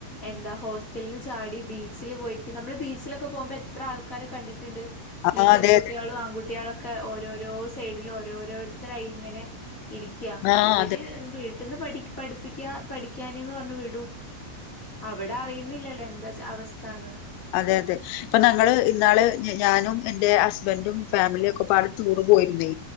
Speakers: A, on the left; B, on the left.
A: എന്താ ഹോസ്റ്റലന് ചാടി ബീച്ചില് പോയിരിക്കും നമ്മള് ബീച്ചിലൊക്കെ പോകുമ്പോ എത്ര ആൾക്കാരെകണ്ടിട്ടുണ്ട്
B: ആ
A: ഈ പെൺകുട്ടികളും
B: അതെ അതെ
A: ആൺകുട്ടികളൊക്കെ ഓരോരോ സൈഡിൽ ഓരോരോരുത്തരായി ഇങ്ങനെ ഇരിക്കയാ
B: ആ
A: ഇവര്
B: അതെ
A: വീ..... ട്ടന്ന് പഠി പഠിപ്പിക്ക പഠിക്കാനന്ന് പറഞ്ഞഞ് വിടും അവിടെ അറിയുന്നില്ലല്ലോ എന്താ അവസ്ഥന്ന്
B: അതെ അതെ ഇപ്പൊ ഞങ്ങള്ൾ ഇന്നാള് ഞാനും എൻന്റെ ഹസ്ബൻഡും ഫാമിലിയ ഒക്കെ പാട് ടൂറ് പോയിരുന്നേ